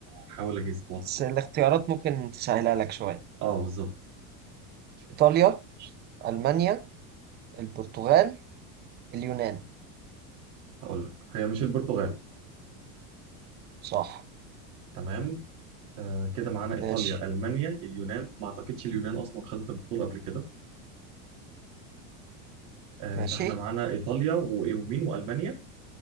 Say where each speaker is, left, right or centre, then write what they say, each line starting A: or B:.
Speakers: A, on the right; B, on the right.
A: هحاول اجيس بوقت
B: بس
A: كده
B: الاختيارات ممكن تسهلها لك شوية
A: اه بالظبط
B: ايطاليا المانيا البرتغال اليونان
A: هقول لك هي مش البرتغال
B: صح
A: تمام آه كده معانا
B: ماشي
A: ايطاليا المانيا اليونان ما اعتقدش اليونان اصلا خدت البطوله قبل كده آه
B: ماشي
A: فاحنا معانا ايطاليا ومين والمانيا